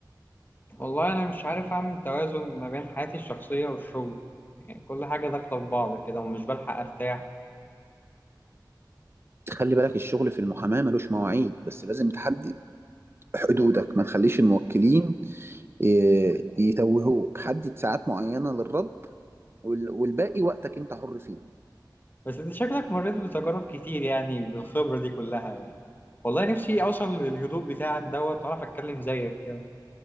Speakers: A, on the left; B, on the right.
A: والله انا مش عارف اعمل توازن ما بين حياتي الشخصيه والشغل يعني كل حاجه داخله في بعض كده ومش بلحق ارتاح
B: خلي بالك الشغل في المحاماة ملوش مواعيد بس لازم تحدد حدودك ما تخليش الموكلين ي- يتوهوك حدد ساعات معينة للرد وال- والباقي وقتك انت حر فيه
A: بس انت شكلك مريت بتجارب كتير يعني بالخبره دي كلها يعني والله نفسي اوصل للهدوء بتاعك دوت واعرف اتكلم زيك كده